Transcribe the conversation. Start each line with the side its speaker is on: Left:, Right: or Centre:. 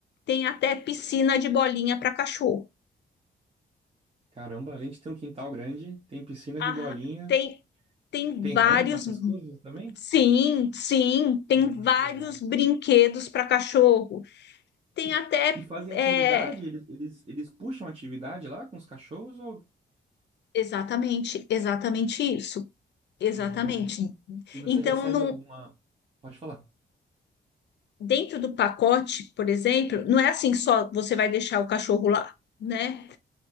Left: tem até piscina de bolinha para cachorro.
Right: Caramba, além de ter um quintal grande, tem piscina
Left: Ah,
Right: de bolinha,
Left: tem tem
Right: tem
Left: vários,
Right: rampa, essas coisas também?
Left: sim, sim, tem
Right: Ah,
Left: vários
Right: que legal.
Left: brinquedos para cachorro. Tem
Right: E
Left: até
Right: e fazem
Left: é,
Right: atividade? Eles, eles, eles puxam atividade lá com os cachorros ou
Left: Exatamente, exatamente isso. Exatamente.
Right: hum, e você
Left: Então,
Right: recebe
Left: não,
Right: alguma. Pode falar.
Left: dentro do pacote, por exemplo, não é assim só você vai deixar o cachorro lá, né?